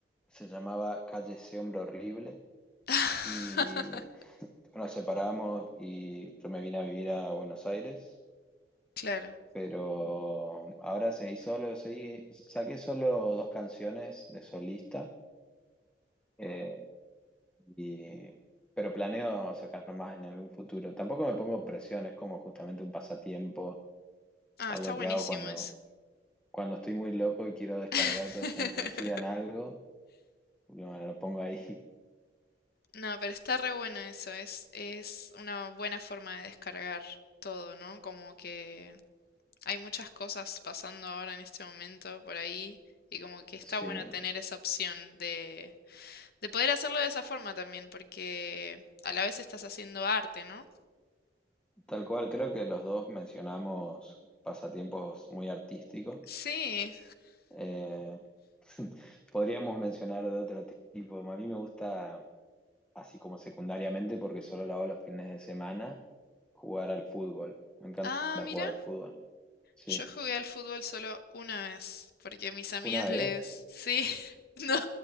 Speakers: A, in the centre; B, on the left (about 60°).
A: se llamaba Calle Ese Hombre Horrible,
B: <laughs>
A: y bueno, nos separamos y yo me vine a vivir a Buenos Aires,
B: Claro.
A: pero ahora seguí solo, seguí, saqué solo dos canciones de solista, eh, y pero planeo sacar más en algún futuro. Tampoco me pongo presión, es como justamente un pasatiempo
B: Ah,
A: Algo
B: está buenísimo
A: que hago cuando,
B: eso.
A: cuando estoy muy loco y quiero descargar
B: <laughs>
A: toda esa energía en algo, lo, lo pongo ahí. <laughs>
B: No, pero está re bueno eso. Es, es una buena forma de descargar todo, ¿no? Como que hay muchas cosas pasando ahora en este momento por ahí y como que está
A: Sí,
B: bueno tener esa opción de... De poder hacerlo de esa forma también, porque a la vez estás haciendo arte, ¿no?
A: tal cual. Creo que los dos mencionamos pasatiempos muy artísticos.
B: Sí.
A: Eh, <laughs> podríamos mencionar de otro tipo. A mí me gusta, así como secundariamente, porque solo lo hago los fines de semana, jugar al fútbol. Me encanta
B: Ah, mira.
A: jugar al fútbol. Sí,
B: Yo jugué al fútbol solo una vez, porque mis amigas
A: una vez.
B: les... Sí, <laughs> no,